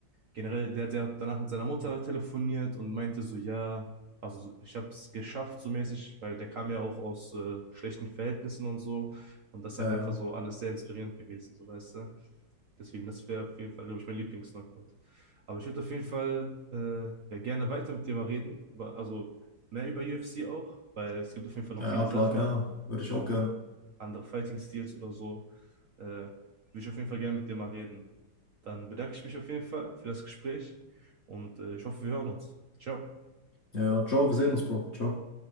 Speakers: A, on the right (about 60°); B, on the left (about 45°).
A: generell, der hat ja danach mit seiner Mutter telefoniert und meinte so, ja, also ich habe es geschafft so mäßig, weil der kam ja auch aus äh, schlechten Verhältnissen und so. Und das ist
B: Ja,
A: halt einfach
B: ja,
A: so alles sehr inspirierend gewesen, so weißt du. Deswegen, das wäre auf jeden Fall, glaube ich, mein Lieblings-Knockout. Aber ich würde auf jeden Fall äh, ja, gerne weiter mit dir mal reden, über, also mehr über UFC auch, weil es gibt auf jeden Fall noch
B: ja,
A: viele
B: ja,
A: Sachen,
B: klar, gerne. Würde
A: so
B: ich auch gerne.
A: andere fighting Styles oder so. Äh, würde ich auf jeden Fall gerne mit dir mal reden. Dann bedanke ich mich auf jeden Fall für das Gespräch und äh, ich hoffe, wir hören uns. Ciao.
B: Ja, ja, ciao, wir sehen uns, Bro. Ciao.